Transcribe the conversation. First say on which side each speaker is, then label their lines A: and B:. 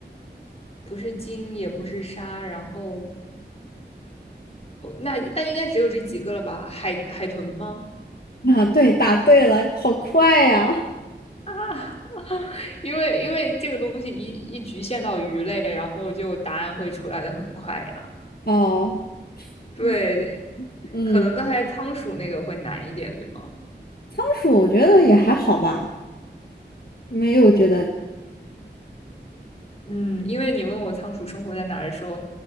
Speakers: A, on the left; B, on the left.
A: 不是鲸，也不是鲨。然后哦，那那应该只有这几个了吧？海海豚吗？
B: 啊，对，答对了，好快呀，
A: 啊，<laughs> 因为因为这个东西一一局限到鱼类，然后就答案会出来的很快呀。
B: 哦，
A: 对，
B: 嗯嗯，
A: 可能刚才仓鼠那个会难一点，对吗？
B: 仓鼠我觉得也还好吧，没有觉得，
A: 嗯，因为你问我仓鼠生活在哪儿的时候，